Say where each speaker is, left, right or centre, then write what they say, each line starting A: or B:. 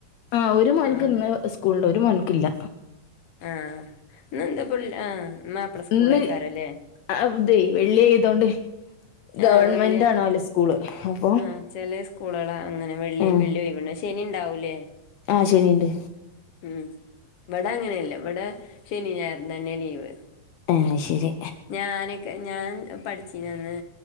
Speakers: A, on the left (about 75°); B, on the left (about 55°).
A: ആഹ് ഒരു മോൻക്ക്
B: ആഹ്
A: ഇന്ന് സ്കൂളുണ്ടെ ഒരു മോൻക്ക് ഇല്ല
B: ആഹ് ഇന്നെന്താ പുല് ആഹ് മാപ്പിള സ്കൂളേക്കാരല്ലേ
A: ഇന്നി അവുതെ വെള്ളി ആയതോണ്ട് ഗവൺമെന്റാണെ
B: ആഹ് വെള്ളി
A: അലസ് കൂളെ ഹും
B: ആഹ് ചെല സ്കൂളുകളാ അങ്ങനെ വെള്ളി
A: ആഹ്
B: വെള്ളി ഒഴിവേ ശനി ഉണ്ടാവൂലേ
A: ആഹ് ശനീണ്ട്
B: ഉം ഇവിടങ്ങനെയല്ല ഇവിടെ ശനി ഞായറും തന്നെ ലീവെ
A: ആഹ് ശരി
B: ഞാനൊക്കെ ഞാൻ പഠിച്ചീനന്നേ